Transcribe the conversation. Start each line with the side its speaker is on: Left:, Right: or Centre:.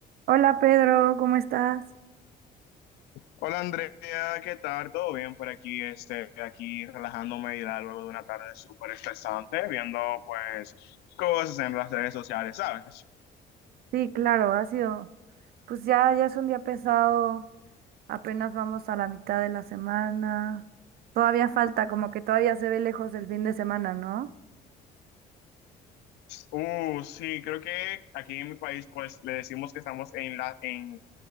Right: Hola Pedro, ¿cómo estás?
Left: Hola Andrea, ¿qué tal? ¿Todo bien por aquí? Este, aquí relajándome ya luego de una tarde súper estresante, viendo pues cosas en las redes sociales, ¿sabes?
Right: Sí, claro, ha sido, pues ya, ya es un día pesado, apenas vamos a la mitad de la semana, todavía falta, como que todavía se ve lejos el fin de semana, ¿no?
Left: Uh, sí, creo que aquí en mi país pues le decimos que estamos en la, en,